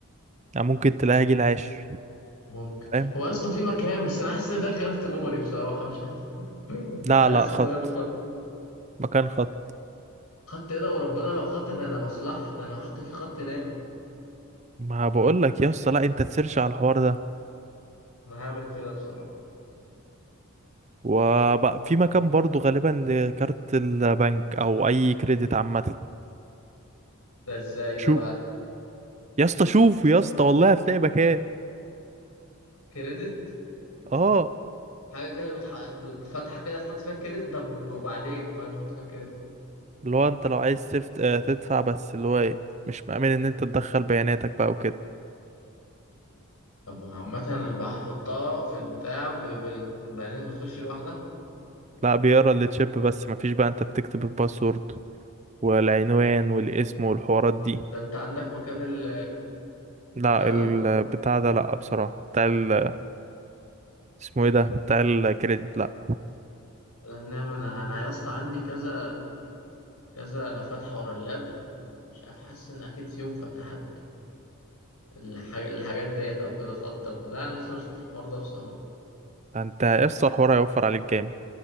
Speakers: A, on the right; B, on the left.
A: يعني ممكن تلاقيها جيل عاشر
B: ممكن
A: فاهم
B: هو يا اسطى في مكان بس انا حاسس ان ده الكارت ميموري بصراحة مش حاسس <laughs> مش
A: لا
B: حاسس
A: لا خط
B: ان ده الخط
A: مكان خط
B: خط ايه ده وربنا لو خط ده انا مصلحة ده انا هحط فيه خط ناو
A: ما بقول لك يا اسطى لا انت تسيرش على الحوار ده
B: انا هعمل كده بصراحة
A: وبقى في مكان برضو غالبا لكارت البنك او اي كريدت عامه
B: ده ازاي ده
A: شو
B: بقى
A: يا اسطى شوف يا اسطى والله هتلاقي مكان
B: كريدت
A: اه
B: حاجة كده بتح... ب- ب- فتحة كده تحط فيها الكريدت طب وبعدين وبعد ما احط فيها الكريدت
A: اللي هو انت لو عايز تفت... آه، تدفع بس اللي هو ايه مش مأمن ان انت تدخل بياناتك بقى وكده
B: طب ما هو عامة انا بحطها في البتاع ب- ب- بيانات بتخش لوحدها
A: لا بيقرا التشيب بس مفيش بقى انت بتكتب الباسورد والعنوان والاسم والحوارات دي
B: ده انت عندك مكان ال
A: لا
B: بتاع ده
A: البتاع ده لا بصراحه بتاع ال... اسمه ايه ده بتاع الكريدت لا
B: لان انا انا يا اسطى عندي كذا كذا فتحة ورا اللاب مش عارف حاسس ان اكيد في يوم فتحت الحاج... الحاجات ديت او كده خط او كده لا انا لازم اشوف الحوار ده بصراحة
A: انت يا اسطى الحوار هيوفر عليك جامد